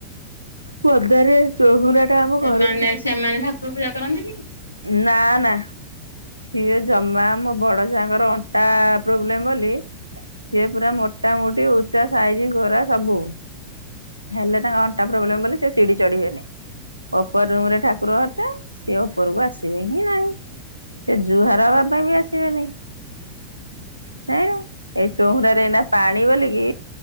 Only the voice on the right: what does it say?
ପଦାରେ ଚହୁରା ଟା। ଆମ
ଘରଠୁ
ନା-ନା। ସିଏ ଜମା ମୋ ବଡ଼ ଜାଆଙ୍କର ଅଣ୍ଟା ପ୍ରୋବ୍ଲେମ୍ ବୋଲି ସିଏ ପୁରା ମୋଟାମୋଟି ଉଚ୍ଚା ସାଇଜି ଗୋରା ସବୁ। ହେଲେ ତାଙ୍କ ଅଣ୍ଟା ପ୍ରୋବ୍ଲେମ୍ ବୋଲି ସେ ସିଡିି ଚଢିବେନି। ଓପର ରୁମ୍ ରେ ଠାକୁର ଘରଟା, ସିଏ ଓପରକୁ ଆସିବେ ହିଁ ନାହିଁ। ସେ ଜୁହାର ହେବା ପାଇଁ ବି ଆସିବେନି। <unintelligible> ଏଇ ଚହୁରାରେ ଏଇନା ପାଣି ବୋଲିକି